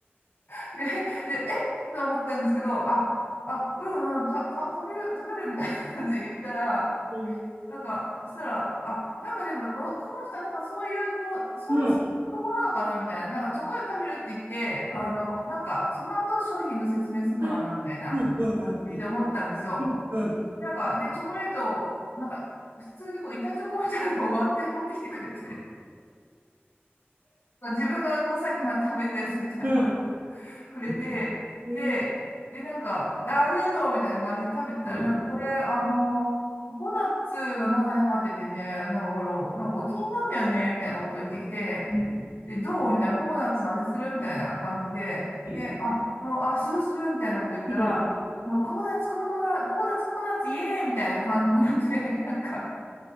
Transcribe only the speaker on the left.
<laughs> で、で、えと思ったんですけど、あ、あ、うんうん、た、た、食べる、食べるみたいな感じで言ったら、
なんか、そしたら、あ、なんかでもこの、この人なんかそういう、こう、そういう性格法なのかなみたいな、
なんかチョコレート食べるって言って、あの、
なんか、その後商品の説明するのかなみたいな感じで思ってたんですよ。
なんか、で、チョコレートを、なんか、普通にこう、板チョコみたいなのを割って持ってきてくれて、自分がこう、さっきまで食べたやつみたいなのを
くれて、
で、で、なんか、あ、ありがとうみたいな感じで食べてたら、
なんかこれ、
あの、ココナッツが中に入っててね、なんかこれ、なんかお気に入りなんだよね、みたいなことを言ってきて、
で、どうみたいな、ココナッツの味するみたいな感じで、
で、あ、うんあ、するするみたいなこと言ったら、
もうココナッツ、ココナ、ココナッツ、ココナッツ、イエーイみたいな感じのノリで、<laughs> なんか、